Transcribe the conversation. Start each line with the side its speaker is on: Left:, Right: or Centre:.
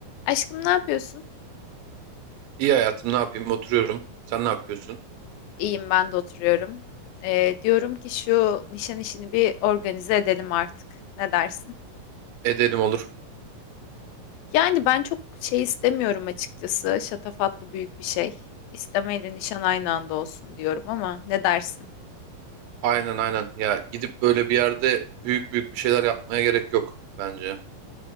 Left: Aşkım ne yapıyorsun?
Right: İyi hayatım ne yapayım oturuyorum. Sen ne yapıyorsun?
Left: İyiyim ben de oturuyorum. Ee, diyorum ki şu nişan işini bir organize edelim artık. Ne dersin?
Right: Edelim olur.
Left: Yani ben çok şey istemiyorum açıkçası. Şatafatlı büyük bir şey. İstemeyle nişan aynı anda olsun diyorum ama ne dersin?
Right: Aynen aynen. Ya gidip böyle bir yerde büyük büyük bir şeyler yapmaya gerek yok bence.